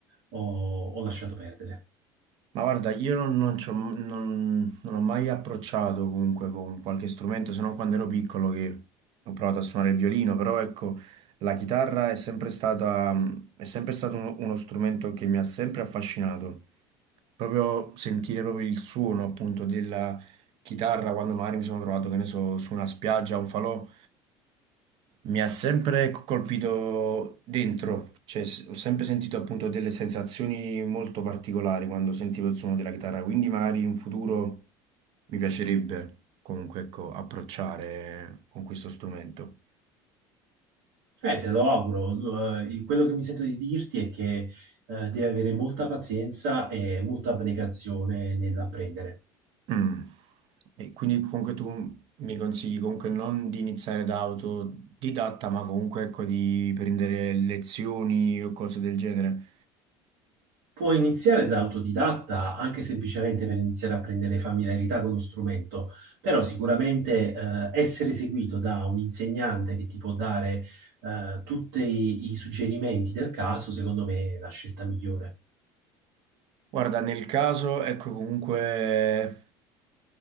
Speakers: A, on the right (about 85°); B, on the right (about 60°).
A: ho, ho lasciato perdere.
B: Ma guarda, io non, non c'ho- non- non ho mai approcciato comunque con qualche strumento, se non quando ero piccolo che ho provato a suonare il violino, però ecco, la chitarra è sempre stata, mm, è sempre stato uno, uno strumento che mi ha sempre affascinato. Proprio sentire proprio il suono appunto della chitarra quando magari mi sono trovato, che ne so, su una spiaggia, un falò. Mi ha sempre colpito dentro, cioè s- ho sempre sentito appunto delle sensazioni molto particolari quando sentivo il suono della chitarra, quindi magari in futuro mi piacerebbe comunque ecco, approcciare con questo strumento.
A: Eh, te lo auguro. Eh, quello che mi sento di dirti è che eh, devi avere molta pazienza e molta abnegazione nell'apprendere.
B: Mm. E quindi comunque tu mi consigli comunque non di iniziare da autodidatta, ma comunque ecco di prendere lezioni o cose del genere.
A: Puoi iniziare da autodidatta, anche semplicemente per iniziare a prendere familiarità con lo strumento, però sicuramente eh, essere seguito da un insegnante che ti può dare eh, tutti i, i suggerimenti del caso, secondo me è la scelta migliore.
B: Guarda, nel caso, ecco comunque.